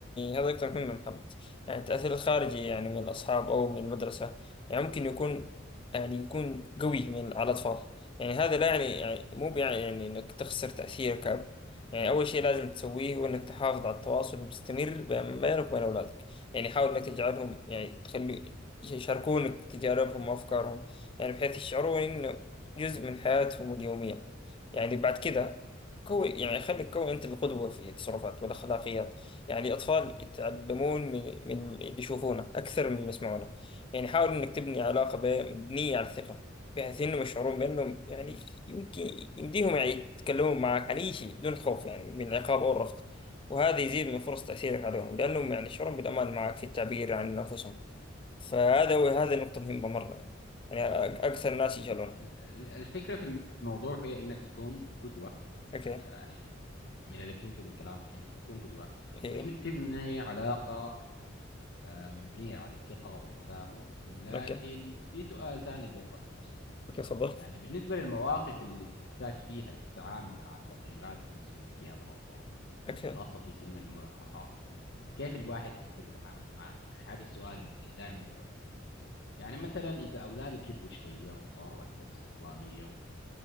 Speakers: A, on the left (about 25°); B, on the left (about 60°).
A: هذه نقطة مهمة محمد يعني التأثير الخارجي يعني من الأصحاب أو من المدرسة يعني ممكن يكون يعني يكون قوي من على الأطفال يعني هذا لا يعني, يعني مو يعني, يعني إنك تخسر تأثيرك كأب يعني أول شيء لازم تسويه هو إنك تحافظ على التواصل المستمر بين- بينك وبين أولادك يعني حاول إنك تجعلهم يعني تخلي يشاركونك تجاربهم وأفكارهم يعني بحيث يشعرون إنه جزء من حياتهم اليومية يعني بعد كذا كوي يعني خليك كوي أنت القدوة في تصرفات والأخلاقيات يعني الأطفال يتعلمون من, من اللي يشوفونه أكثر من اللي يسمعونه يعني حاول إنك تبني علاقة ب- مبنية على الثقة بحيث إنهم يشعرون بأنهم يعني يمكن يمديهم يعني يتكلمون معك عن أي شيء بدون خوف يعني من العقاب أو الرفض وهذا يزيد من فرص تأثيرك عليهم لأنهم يعني يشعرون بالأمان معك في التعبير عن أنفسهم فهذا هو هذه نقطة مهمة مرة يعني يعني أ- أكثر الناس يجهلونها
B: ال- ال- الفكرة في الموضوع هي إنك تكون قدوة
A: أوكي
B: آه، يعني من اللي فهمته من كلامك إنك تكون قدوة
A: إيه
B: وإنك تبني علاقة آه، مبنية على الثقة والتفاهم لكن
A: أوكي
B: في سؤال ثاني بيطرح نفسه
A: أوكي تفضل
B: يعني بالنسبة للمواقف اللي بتحتاج فيها للتعامل مع التغييرات في سلوكيات الأطفال
A: أوكي
B: خاصة في سن المراهقة كيف الواحد يقدر يتعامل معاه يعني هذا السؤال اللي دائما يؤرقني يعني مثلا إذا أولادي كبروا شوية وصاروا أكثر استقلالية